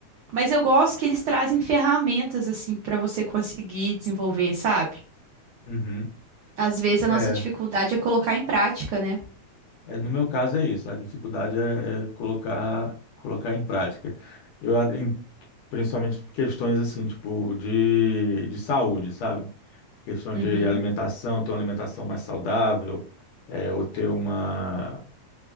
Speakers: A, on the right (about 80°); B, on the left (about 70°).
A: Mas eu gosto que eles trazem ferramentas assim para você conseguir desenvolver, sabe?
B: Uhum.
A: Às vezes a
B: É.
A: nossa dificuldade é colocar em prática, né?
B: É, no meu caso é isso, a dificuldade é, é colocar, colocar em prática. Eu, a- em- principalmente questões assim, tipo, de, de saúde, sabe? Questão
A: Uhum.
B: de alimentação, ter uma alimentação mais saudável, é, ou ter uma,